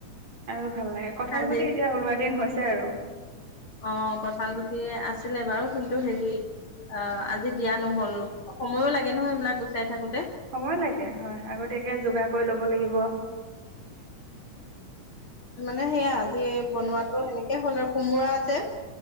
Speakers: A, on the right; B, on the left.
A: আৰু ভাল লাগে কঁঠাল
B: আজি
A: গুটি এতিয়া ওলোৱা দিন হৈছে আৰু
B: অ কঠাল গুটি আছিলে বাৰু কিন্তু হেৰি অ আজি দিয়া নহল সময়ো লাগে নহয় এইবিলাক গুচাই থাকো-
A: সময় লাগে হয় আগতীয়াকে যোগাৰ কৰি ল'ব লাগিব
B: নে সেয়া আজি এই বনোৱাটো সেনেকে হ'ল আৰু কোমোৰা আছে